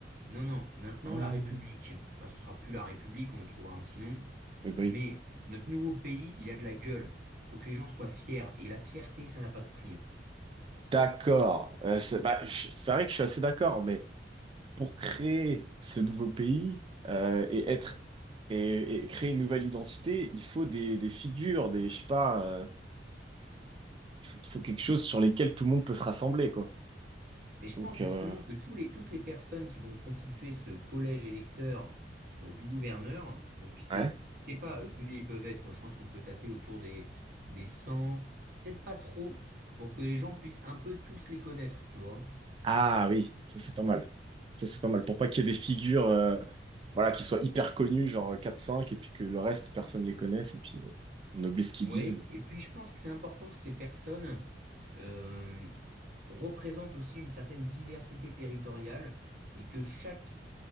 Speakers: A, on the right; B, on the right.
A: Non, non, maintenant,
B: ah.
A: la République, enfin, ce sera plus la République, on lui trouvera un petit nom.
B: Oui, bah
A: Mais
B: oui.
A: notre nouveau pays, il a de la gueule. Il faut que les gens soient fiers. Et la fierté, ça n'a pas de prix.
B: D'accord. Euh, c'est bah, je- c'est vrai que je suis assez d'accord, mais pour créer ce nouveau pays euh, et être et, et créer une nouvelle identité, il faut des, des figures, des je sais pas, euh, il faut, il faut quelque chose sur lesquels tout le monde peut se rassembler, quoi.
A: Mais je
B: Donc,
A: pense
B: euh,
A: justement que tous les, toutes les personnes qui vont constituer ce collège électeur euh, du gouverneur, donc c'est,
B: ouais,
A: je sais pas euh, combien ils peuvent être, je pense qu'on peut taper autour des, des 100, peut-être pas trop, pour que les gens puissent un peu tous les connaître, tu vois.
B: Ah oui, ça c'est pas mal. Ça c'est pas mal. Pour pas qu'il y ait des figures euh, voilà, qui soient hyper connues, genre quatre cinq, et puis que le reste, personne les connaisse, et puis euh, on oublie ce qu'ils
A: Ouais,
B: disent.
A: et puis je pense que c'est important que ces personnes euh, représentent aussi une certaine diversité territoriale et que chaque